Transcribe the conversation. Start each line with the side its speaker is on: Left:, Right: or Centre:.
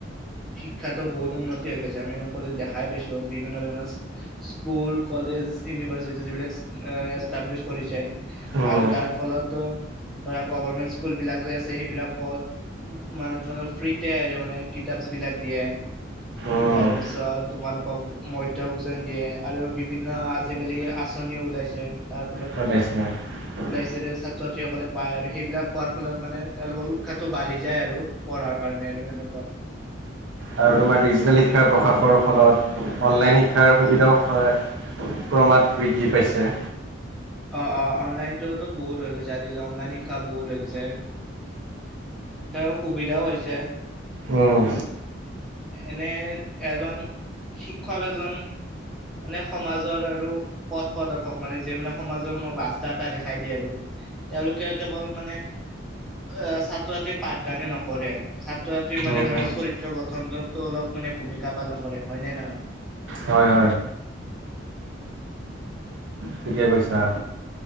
Centre: শিক্ষাতো বহুত উন্নতি হৈ গৈছে আমি সকলো দেখাই পাইছো বিভিন্ন ধৰণৰ স্কুল, কলেজ জ, ইউনিভাৰ্চিটি যবিলাক এষ্টাব্লিছ কৰিছে
Right: উম
Centre: আৰু তাৰ ফলত ধৰা গভাৰমেন্ট স্কুল বিলাক যে আছে, সেইবিলাকত মানে তোমোক ফ্ৰীতে মানে কিতাপ বিলাক দিয়ে
Right: উম
Centre: তাৰ পিছত তোমালোকক মধ্য ভোজন দিয়ে আৰু বিভিন্ন আজিকালি আচনি ওলাইছে তাৰ ফলত
Right: <unintelligible>
Centre: যেনে ছাত্ৰ-ছাত্ৰীসকলে পায় আৰু সেইবিলাক পোৱাৰ ফলত মানে তেওঁলোকৰ উৎসাহটো বাঢ়ি যায় আৰু পঢ়াৰ কাৰণে। যে এনেকুৱা
Right: আৰু তোমাৰ ডিজিটেল শিক্ষাৰ প্ৰকাশৰ ফলত অনলাইন শিক্ষাৰ সুবিধাও হয়। ক্ৰমাৎ বৃদ্ধি পাইছে।
Centre: অ-অ, অনলাইনতটো বহুত হৈ গৈছে, আজিকালি অনলাইন শিক্ষা বহুত হৈ গৈছে ত, সুবিধাও হৈছে।
Right: উম
Centre: এনে-এজন শিক্ষক এজন মানে সমাজৰ আৰু পথ প্ৰদৰ্শক মানে যিয়ে মানে সমাজৰ ৰাস্তা এটা দেখাই দিয়ে আৰু। তেওঁলোকে কেৱল মানে। আহ, ছাত্ৰ-ছাত্ৰীক পাঠদানে নকৰে ছাত্ৰ- ছাত্ৰীৰ মানে
Right: উম
Centre: ধৰা চৰিত্ৰ গঠনটো অলপ মানে ভূমিকা পালন কৰে হয় নে নহয়?
Right: হয়-হয়। থিকে পইছা।